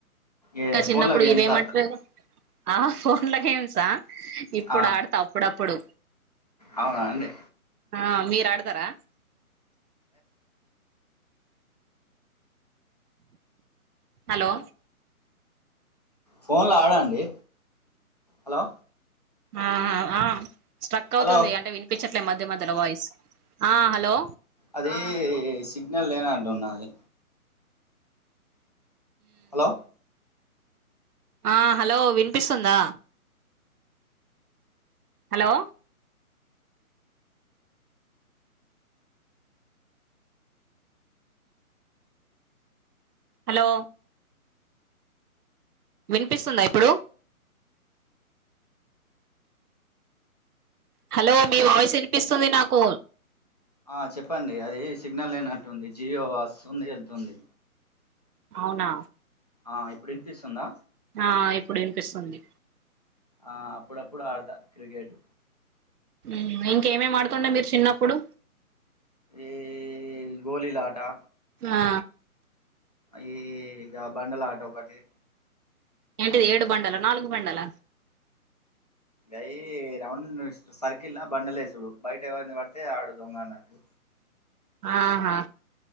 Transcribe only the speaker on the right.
ఇంకా చిన్నప్పుడు
ఇవేమంటారు ఆ ఫోన్ల గేమ్సా ఇప్పుడు
ఆడతా అప్పుడప్పుడు
ఆ మీరు ఆడతారా హలో
ఆ ఆ స్ట్రక్ అవుతుంది
అంటే వినిపించట్లే మధ్య మధ్యలో వాయిస్ ఆ హలో
ఆ హలో వినిపిస్తుందా హలో హలో వినిపిస్తుందా ఇప్పుడు హలో మీ వాయిస్ వినిపిస్తుంది నాకు
అవునా
ఆ ఇప్పుడు వినిపిస్తుంది
ఉం ఇంకేం ఎం ఆడుతుందే మీరు చిన్నప్పుడు
హా
ఏంటిది ఏడు బండల నాలుగు బండల
ఆహా